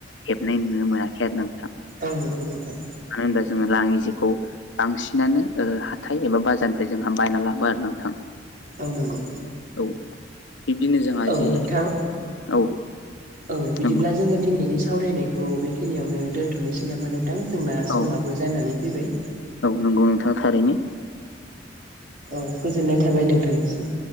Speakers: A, on the left; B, on the right.
A: हेबनाय नुनो मोनाखै आरोना नोंथां।
B: औ नंगौ नोंथां।
A: मानो होनबा जोङो लाङि जेखौ बांसिनानो ओ हाथाय एबा बाजारनिफ्राय जोंहा बायना लाबो आरो नोंथां।
B: औ नंगौ।
A: औ बिब्दिनो जोंहा
B: औ
A: जे
B: नोंथां
A: औ।
B: औ बिदिब्ला
A: नंगौ
B: जोङो दिनैनि सावरायनायखौ बेखिनियावनो दोनथ'नोसै नामा नों थां जोंना समाबो
A: औ
B: जानानै फैबाय।
A: औ नंगौ नोंथां थारैनो।
B: औ गोजोननाय थाबाय नोंथांनिसिम।